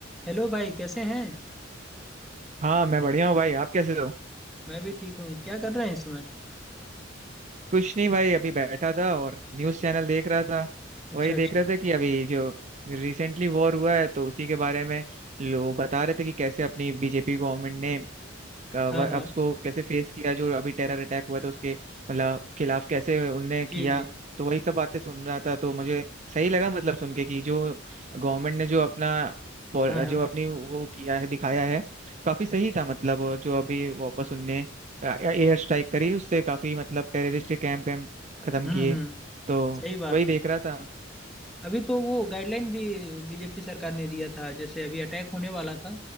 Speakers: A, in the centre; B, on the right.
A: Hello भाई कैसे हैं
B: हाँ मैं बढ़िया हूँ भाई आप कैसे हो
A: मैं भी ठीक हूँ क्या कर रहे हैं इस समय
B: कुछ नहीं भाई अभी बैठा था और न्यूज़ चैनल देख रहा था
A: अच्छा
B: वही
A: अच्छा
B: देख रहा था कि अभी जो रिसेंटली वॉर हुआ है तो उसी के बारे में लोग बता रहे थे कि कैसे अपनी बीजेपी गवर्नमेंट ने
A: हाँ
B: व-
A: हाँ
B: उसको कैसे फेस किया जो अभी टेरर अटैक हुआ था उसके मतलब खिलाफ कैसे उनने
A: जी
B: किया
A: जी
B: तो वही सब बातें सुन रहा था तो मुझे सही लगा मतलब सुन के कि जो गवर्नमेंट ने जो अपना पॉल-
A: हाँ हाँ
B: जो अपनी वो किया है दिखाया है काफी सही था मतलब जो अभी वापस उनने एयर स्ट्राइक करी उससे काफी मतलब टेररिस्ट के कैंप वैम्प खत्म
A: हम्म
B: किए
A: हम्म
B: तो
A: सही बात
B: वही देख
A: है
B: रहा था
A: अभी तो वो गाइडलाइन भी बीजेपी सरकार ने दिया था जैसे अभी अटैक होने वाला था